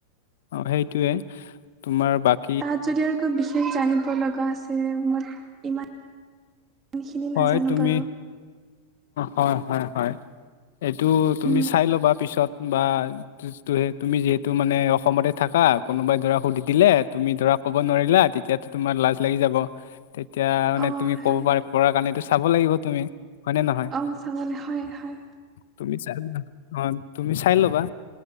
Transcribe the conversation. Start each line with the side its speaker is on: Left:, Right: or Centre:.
Left: সেইটোৱে তোমাৰ বাক-
Right: তাত যদি আৰু কিবা বিশেষ জানিব লগা আছে মই ইমান- খিনি
Left: হয়
Right: নাজানো
Left: তুমি,
Right: বাৰু
Left: হয় হয় হয়। এইটো তুমি
Right: উম
Left: চাই ল'বা পিছত বা- তুমি যিহেতু মানে অসমতে থাকা, কোনোবাই ধৰা সুধি দিলে তুমি ধৰা- ক'ব নোৱাৰিলা তেতিয়াতো তোমাৰ লাজ লাগি যাব। তেতিয়া মানে
Right: অ
Left: তুমি ক'ব
Right: হয়
Left: পাৰ পৰা কাৰণে এইটো চাব লাগিব তুমি। হয়নে নহয়?
Right: অ চাবলৈ হয় হয়
Left: তুমি চাই অ তুমি চাই ল'বা,